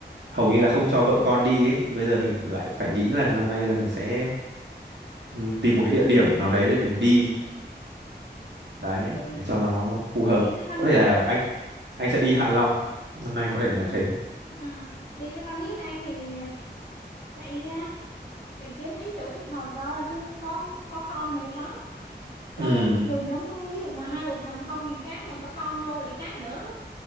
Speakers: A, on the right; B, on the left.
A: hầu như là không cho vợ con đi ấy thì bây giờ mình
B: Ừ.
A: lại phải nghĩ là năm nay là mình sẽ ừm, tìm một cái địa điểm nào đấy để mình đi đấy
B: đi
A: để cho nó phù hợp
B: đi với con
A: có
B: nít
A: thể là anh anh sẽ đi Hạ Long năm nay có thể là thế
B: ừ. đi với con nít anh thì phải ờ, phải kiếm mấy chỗ thích hợp cơ chứ có có con mệt lắm đâu
A: ừ
B: có đem được giống ví dụ mà hai vợ chồng không thì khác mà có con vô lại khác nữa